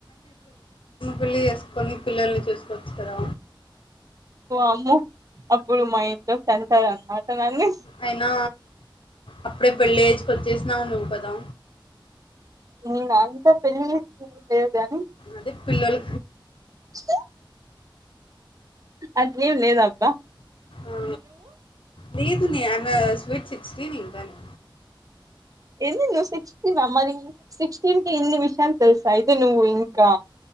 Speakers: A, on the left (about 80°); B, on the right (about 40°).
A: పెళ్లి చేసుకొని పిల్లల్ని చూసుకోవచ్చు కదా
B: అమ్మో అప్పుడు మా ఇంట్లో తంతరు అన్నమాట నన్ని
A: అయినా అప్పుడే పెళ్లి ఏజ్కి వచ్చేసినావు నువ్వు కదా
B: నను అంతా పెళ్లిద <inaudible>
A: అది పిలల
B: చె అట్లే ఎమ్ లేదక్కా
A: ఆ లేద్ మ్య అమస్ స్వీట్ సిక్స్ స్టిన్ కానీ
B: ఏంది నువ్ సిక్స్ టీనా మరి సిక్స్ టీన్ కే ఇన్ని విశ్ ఎమ్ తెల్ స్ అయితే నువ్ ఇంకా